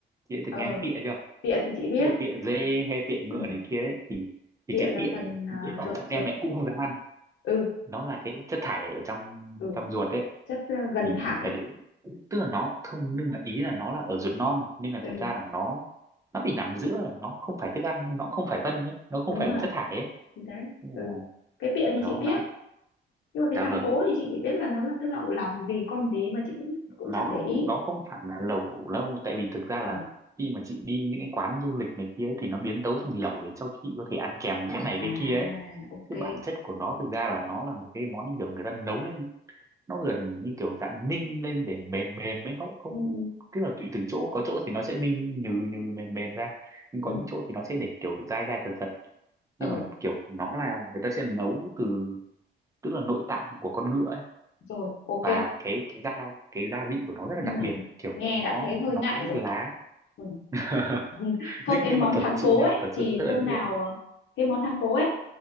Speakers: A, on the right (about 15°); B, on the left (about 70°).
A: chị đã từng
B: ờ
A: nghe đến pịa chưa
B: bịa thì chị biết
A: tức là pịa dê hay pịa ngựa
B: ừ
A: này kia ấy, thì thì
B: bịa
A: cái
B: là
A: pịa
B: phần
A: thì
B: ờ,
A: đến bản
B: ruột
A: thân
B: ruột
A: em em cũng không dám ăn
B: ừ
A: nó là cái chất thải ở trong
B: ừ
A: trong ruột ấy
B: chất ờ, gần
A: thì,
B: thải
A: thì cái đấy tức là nó không nhưng mà ý là nó là ở ruột non nên là
B: ừ
A: thật ra là nó nó bị nằm giữa là nó không phải thức ăn nó cũng không phải phân đấy nó không
B: đúng
A: phải
B: rồi
A: là chất thải ấy
B: thì đấy
A: Nên là
B: ừ. cái pịa
A: ở
B: thì
A: đó
B: chị biết
A: đó
B: nhưng mà cái
A: dạ
B: thắng
A: vâng
B: cố thì chị chỉ biết là nó là cái lẩu lòng gì con gì mà chị cũng cũng
A: nó
B: chẳng
A: không
B: để ý
A: nó không hẳn là lẩu lâu tại vì thực ra
B: ờ
A: là khi mà chị đi những cái quán du lịch này kia ấy, thì nó biến tấu thành lẩu để cho chị có thể ăn kèm cái này
B: à
A: cái kia ấy
B: ok
A: chứ bản chất của nó thực ra là nó là một cái món như kiểu người ta nấu lên nó gần như kiểu dạng ninh lên để mềm mềm ấy nó cũng không
B: ừ, ừ,
A: tức là tùy từng chỗ có chỗ thì nó sẽ ninh nhừ nhừ mềm mềm ra nhưng có
B: ừ,
A: những chỗ thì nó sẽ để kiểu dai dai thật thật nhưng
B: ừ
A: mà kiểu nó là người ta sẽ nấu từ tức là nội tạng của con ngựa ấy
B: rồi ok
A: và cái cái gia cái gia vị của nó rất là
B: nhưng
A: đặc
B: mà
A: biệt kiểu
B: nghe
A: nó
B: đã thấy hơi
A: nó
B: ngại
A: có cái
B: rồi
A: lá
B: ừ.
A: <laughs>
B: <laughs> thôi
A: nhưng
B: cái
A: nhưng
B: món
A: mà thật
B: thắng
A: sự
B: cố
A: nha
B: ấy
A: thật sự
B: thì
A: rất
B: hôm
A: ấn tượng
B: nào ờ, cái món thắng cố ấy